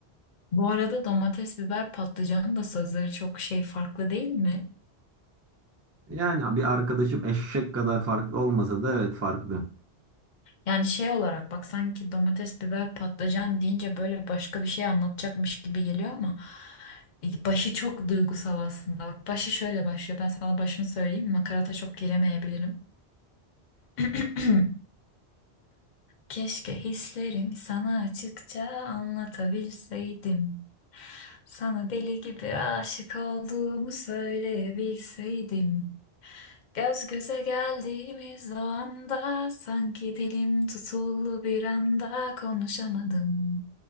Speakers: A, on the left; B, on the right.
A: Bu arada domates, biber, patlıcanın da sözleri çok şey farklı değil mi?
B: Yani bir arkadaşım eşek kadar farklı olmasa da evet farklı.
A: Yani şey olarak bak sanki domates, biber, patlıcan deyince böyle başka bir şey anlatacakmış gibi geliyor ama e, başı çok duygusal aslında. Bak başı şöyle başlıyor. Ben sana başını söyleyeyim. Makarata çok giremeyebilirim. <clears throat> Keşke hislerimi sana açıkça anlatabilseydim. Sana deli gibi aşık olduğumu söyleyebilseydim. Göz göze geldiğimiz o anda sanki dilim tutuldu bir anda konuşamadım